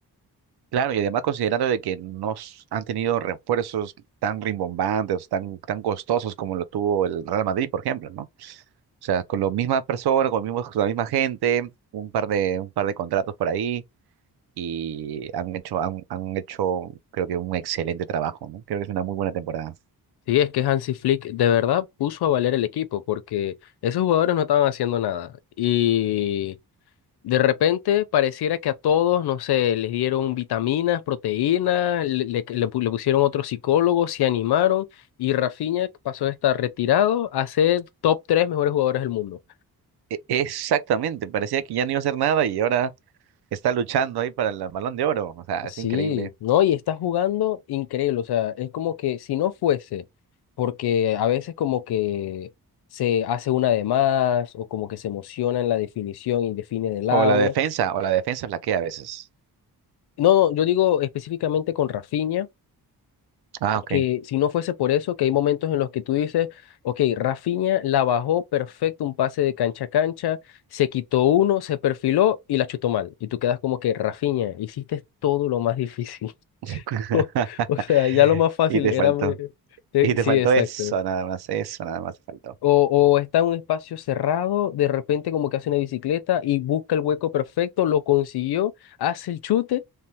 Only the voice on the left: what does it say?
Sí, es que Hansi Flick de verdad puso a valer el equipo porque esos jugadores no estaban haciendo nada. Y de repente pareciera que a todos, no sé, les dieron vitaminas, proteínas, le, le- le pu- le pusieron otro psicólogo, se animaron y Rafinha pasó de estar retirado a ser top tres mejores jugadores del mundo.
Sí,
no, y está jugando increíble, o sea, es como que si no fuese, porque a veces como que se hace una de más o como que se emociona en la definición y define de lado.
No, no, yo digo específicamente con Rafinha,
que si no fuese por eso, que hay momentos en los que tú dices, ok, Rafinha la bajó perfecto, un pase de cancha a cancha, se quitó uno, se perfiló y la chutó mal. Y tú quedas como que, Rafinha, hiciste todo lo más <laughs> difícil.
<laughs> O sea, ya lo más fácil
era...
eh, eh,
Sí,
exacto.
O, o está en un espacio cerrado, de repente como que hace una bicicleta y busca el hueco perfecto, lo consiguió, hace el chute